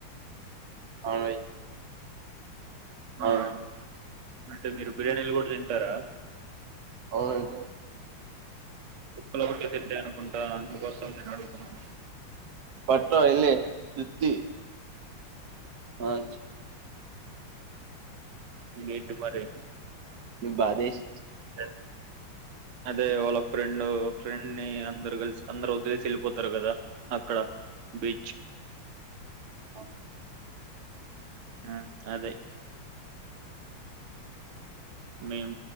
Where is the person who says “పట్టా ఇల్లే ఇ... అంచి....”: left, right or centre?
Right